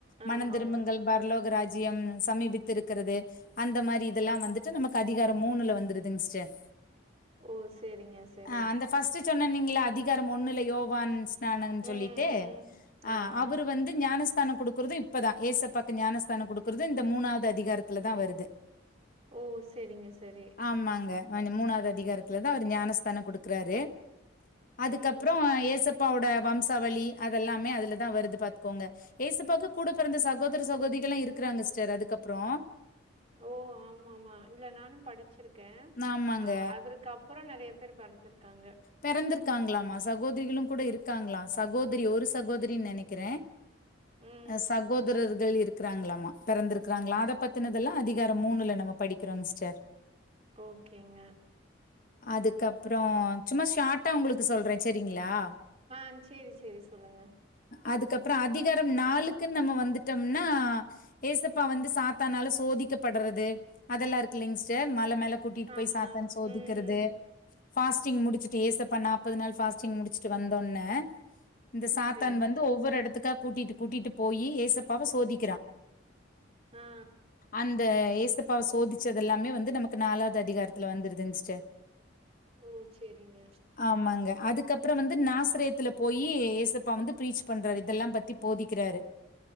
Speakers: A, on the right; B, on the left.
A: ஆமா
B: மனந் திரும்புங்கள் பர்லோக ராஜ்யம் சமீபித்து இருக்குறது அந்த மாரி இதெல்லா வந்துட்டு நமக்கு அதிகாரம் மூணுல வந்துருதுங் ஸ்டர்
A: ஓ செரிங்க செரி
B: அ அந்த பர்ஸ்ட் சொன்னன்னிங்ள அதிகாரம் ஒண்ணுல யோவான்ஸ் னானன்னு
A: ம்
B: சொல்லிட்டு்
A: ம்
B: அ
A: ஆமா
B: அவரு வந்து ஞானஸ்தானொ கொடு க்கிறது இப்பதா ஏசப்பாக்கு ஞானஸ்தானொ குடுக்கறது இந்த மூணாவது அதிகாரத்துல தா வருது
A: ஓ செரிங்க செரி
B: ம்மாங்க அ இந்த மூணாது அதிகாரத்துலதா அவர் ஞானஸ்தானம் கொடுக்குறாரு அதுக்கப்றோ
A: ம்
B: ஏசப்பாவோட வம்சாவளி அதெல்லாமே அதுலதா வருது பாத்துக்கோங்க ஏசப்பாக்கு கூட பிறந்த சகோதர சகோதிகல்லா இருக்குறாங்க சிஸ்டர் அதுக்கப்றோ
A: ஓ ஆமா ஆமா இல்ல நானு படுச்சிருக்கே
B: ஆமாங்க
A: அ அவருக்கு அப்றோ நெறைய பேர் பெறந்திருக்காங்க
B: பெறந்திருக்காங்ளாமா சகோதிரிகளும் கூட இருக்காங்களா சகோதிரி ஒரு சகோதிரின்னு நெனைக்கறே
A: ம்.
B: அ சகோதரர்கள் இருக் கிறாங்ளாமா பெறந்திருக்றாங்ளா அத பத்துனதெல்லா அதிகாரம் மூணுல நம்ம படிக்கிறோங்ஸ்டர்
A: ஓகேங்க
B: அதுக்கப்றோ சும்மா ஷார்ட்டா உங்ளுக்கு சொல்றே செரிங்களா
A: ஆ சேரி சேரி சொல்லுங்க
B: அதுக்கப்றோ அதிகாரம் நாலுக்குன்னு நம்ம வந்துட்டோம்னா ஏசப்பா வந்து சாத்தானால சோதிக்கப்படறது அதெல்லா இருக்குல்லங் ஸ்டர் மல மேல கூட்டிட்டு
A: ஆமா.
B: போய் சாத்தான் சோதிக்கிறது
A: ம்.
B: ஃபாஸ்டிங் முடித் சுட்டு ஏசப்பா நாப்பது நாள் ஃபாஸ்டிங் முடிச்சுட்டு வந்தோன இந்த சாத்தான்
A: சரிங்க.
B: வந்து ஒவ்வொரு எடத்துக்கா கூட்டிட்டு கூட்டிட்டுப் போயி ஏசப்பாவ சோதிக்கிறா
A: ஆ.
B: அந்த ஏச ப்பாவ சோதிச்சது எல்லாமே வந்து நமக்கு நாலாது அதிகாரத்துல வந்துருதுங் ஸ்டர்
A: ஓ செரிங்க
B: ஆமாங்க அதுக்கப்றோ வந்து நாசுரேத்துல போயி ஏசப்பா வந்து ப்ரீச் பண்றாரு இதெல்லா பத்தி போதிக்கிறாரு